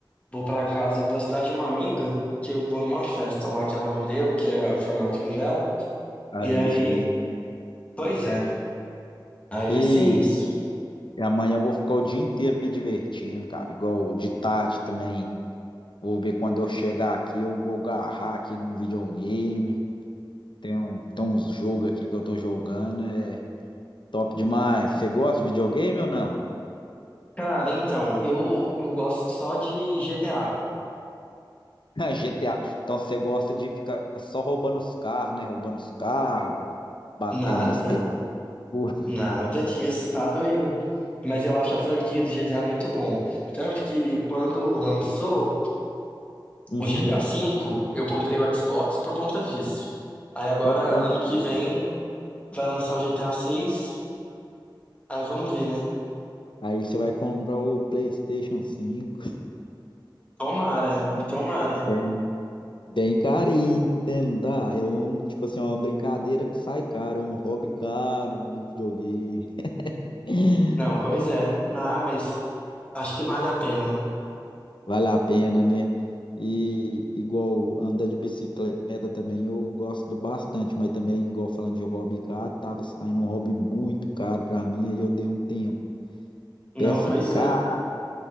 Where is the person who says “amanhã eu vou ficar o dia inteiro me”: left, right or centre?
Left